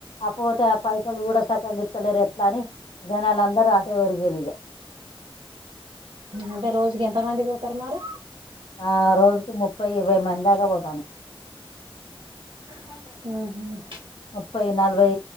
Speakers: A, on the left (about 65°); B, on the right (about 65°).
A: ఆక పోతే ఆ పైసలు కూడా సక్క గత్తలేరు ఎట్లా అని జనాలు అందరూ ఆటే ఒరిగేారు ఇక
B: అంటే రోజుకి ఎంత మంది పోతారు మరి
A: ఆ రోజుకి ముప్పై ఇరవై మంది దాకా పోతాను
B: ఆ
A: ముప్పై నలభై